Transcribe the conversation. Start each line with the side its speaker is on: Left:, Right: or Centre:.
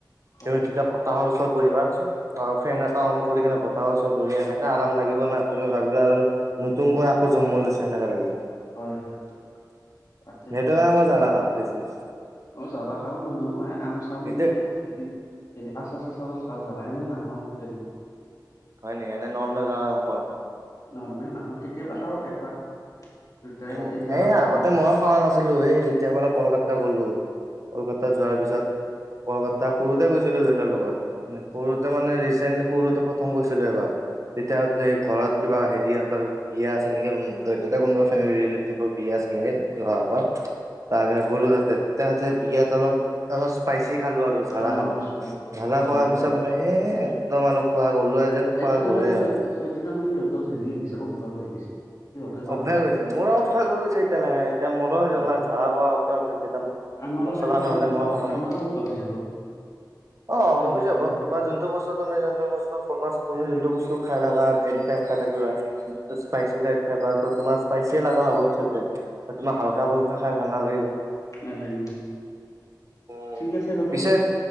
Left: হয়
Right: তুমি তেতিয়া
Left: হয়
Right: <unintelligible> ওচৰত বহিবাচোন, ফেন এটা অন কৰি কিনে বতাহৰ ওচৰত বহি এনেকা আৰাম লাগিব না, তুমি ভাবিবা আৰু নতুনকৈ আকৌ জন্ম লৈছো, সেনেকা লাগিব।
Left: হয় হয় তাকেইতো
Right: সেইটো কাৰণে মই জালা খা অ', বেছি
Left: অ', জালা খাওঁ মই <unintelligible> মাই আম-চাম
Right: কিন্তু
Left: <unintelligible> হেৰি আচা চাচা লগত খাওঁ জালা, এনে নাখাওঁ তেনে
Right: হয় নেকি, এনে নৰ্মেল জালা নোখোৱা?
Left: নৰ্মেল নাখাওঁ, কেতিয়াবা খাওঁ এটা। দুটাই
Right: অ',
Left: জ্বালা
Right: এই
Left: খাওঁ
Right: আগতে
Left: তোমাৰ
Right: মইয়ো খাৱা নাছিলোঁ, এই যেতিয়াৰ পৰা কলকাতা <unintelligible> গ'লো কলকাতা
Left: হয়
Right: যোৱাৰ পিছত কলকাতা সৰুতে গৈছিলোঁ দেউতাৰ লগত। সৰুতে
Left: হয়
Right: মানে ৰিচেণ্ট সৰুতে প্ৰথম গৈছিলোঁ এবাৰ। তেতিয়া আহোতে
Left: হয়
Right: ঘৰত কিবা হেৰিহতৰ বিয়া আছিল নেকি <unintelligible> কোনোবা ৰিলেটিবৰ বিয়া আছ ল নেকি?
Left: হয় হয়।
Right: <unintelligible> তাৰপে গ'লো তাতে। তাতে বিয়াত অলপ-অলপ ষ্পাইচ পচি খালো আৰু ঝালা
Left: অ
Right: খালো।
Left: স্পাইচি
Right: ঝালা খোৱাৰ
Left: জ্বলা
Right: পিছৰ পৰা এ একদম আৰু খোৱা গ'লোৱে যে খোৱা
Left: সেইটো
Right: গ'লে
Left: তাৰ মানে কি
Right: আৰু
Left: হয়, সেইটো তাৰ মানে সিহঁতত হেৰি হৈ গৈছে, অভ্যাস হৈ গৈছে। পাৰে।
Right: অভ্যাস হৈছে। মোৰো অভ্যাস হৈ গৈছে এতিয়া লাহে, এতিয়া মোৰো
Left: অ'
Right: জ্বালা-ঝাল খোৱা অভ্যাস হৈছে। এতিয়া
Left: আমাৰো
Right: মচলা
Left: খাই থাকিলে
Right: নহ'লে
Left: অভ্যাস
Right: মই
Left: হয়
Right: খাব
Left: আমাৰো
Right: নোৱাৰো।
Left: অভ্যাস হৈ যাব
Right: অ',
Left: খাই
Right: হৈ
Left: থাকিলে।
Right: যাব, তোমাৰ যোনটো বস্তু তুমি যোনটো বস্তু ফ'কাচ তুমি যোনটো বস্তু খাই লাগা, এনি টাইম খাই থাকিবা <unintelligible> স্পাইচি টাইপ এবাতো তোমাৰ স্পাইচি লাগা হ'ব পিছত কে এ তোম হালকা-ফুলকা
Left: হয়
Right: খাই ভাল নালাগিব।
Left: নালাগিব।
Right: উম,
Left: ঠিক আছে বাৰু
Right: পিছে,